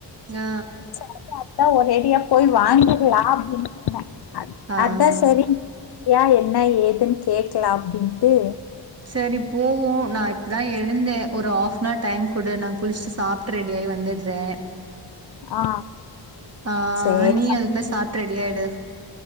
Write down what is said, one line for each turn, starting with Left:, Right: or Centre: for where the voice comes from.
Right: ஆ
Left: சேரி அத்தா ஒரேடியா போய் வாங்கிர்லா அப்டின் சொன்ன
Right: ஆ
Left: அத்தா
Right: ஆ
Left: சேரின் ஏ என்ன ஏதுன் கேக்கலா அப்டின்ட்டு
Right: சேரி போவோ நா இப்பதா எழுந்தே ஒரு ஹாஃப்னார் டைம் குடு நா குளிச்ட்டு சாப்ட்டு ரெடியாகி வந்துட்றே
Left: ஆ
Right: ஆ
Left: சரி
Right: நீ அதுக்குள்ள சாப்ட்டு ரெடியாயிடு